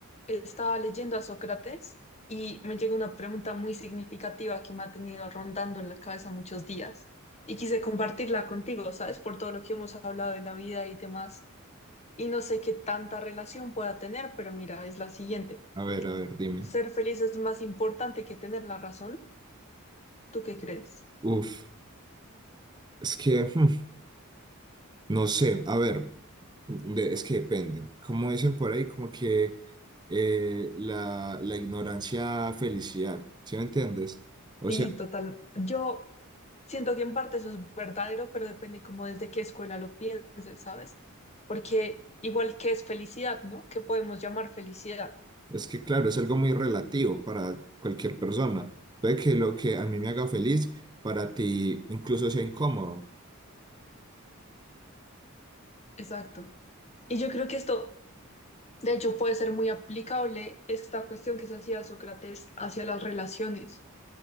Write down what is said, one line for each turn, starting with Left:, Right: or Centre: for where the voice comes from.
Left: Estaba leyendo a Sócrates y me llegó una pregunta muy significativa que me ha tenido rondando en la cabeza muchos días y quise compartirla contigo, ¿sabes? Por todo lo que hemos hablado de la vida y demás. Y no sé qué tanta relación pueda tener, pero mira, es la siguiente.
Right: A ver, a ver, dime.
Left: ¿Ser feliz es más importante que tener la razón? ¿Tú qué crees?
Right: Uf, es que, hmm, no sé, a ver, de- es que depende. Como dicen por ahí, como que eh, la, la ignorancia, felicidad, ¿sí me entiendes? O
Left: Sí,
Right: sea,
Left: total. Yo siento que en parte eso es verdadero, pero depende como desde qué escuela lo pienses, ¿sabes? Porque igual que es felicidad, ¿no? ¿Qué podemos llamar felicidad?
Right: es que claro, es algo muy relativo para cualquier persona. Puede que lo que a mí me haga feliz, para ti incluso sea incómodo.
Left: Exacto. Y yo creo que esto, de hecho, puede ser muy aplicable esta cuestión que se hacía Sócrates hacia las relaciones,